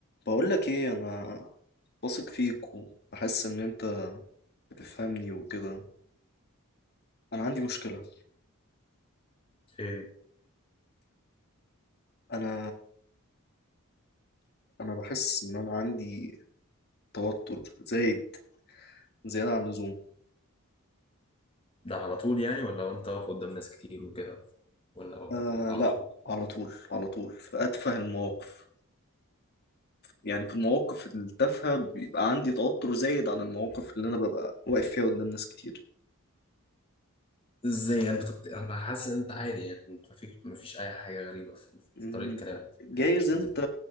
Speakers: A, on the left; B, on the left.
A: بقول لك ايه انا واثق فيك وبحس ان انت بتفهمني وكده انا عندي مشكلة
B: ايه
A: انا انا بحس ان انا عندي توتر زايد زيادة عن اللزوم
B: ده على طول يعني ولا وانت واقف قدام ناس كتير وكده ولا ولا
A: آه
B: على
A: لا
B: طول
A: على طول على طول في اتفه المواقف يعني في المواقف التافهة بيبقى عندي توتر زايد عن المواقف اللي انا ببقى واقف فيها قدام ناس كتير
B: ازاي يعني بتبت... انا حاسس ان انت عادي يعني انت مفيش مفيش اي حاجه غريبه في,
A: مم،
B: في طريقه كلامك
A: جايز
B: كده، مش بت...
A: انت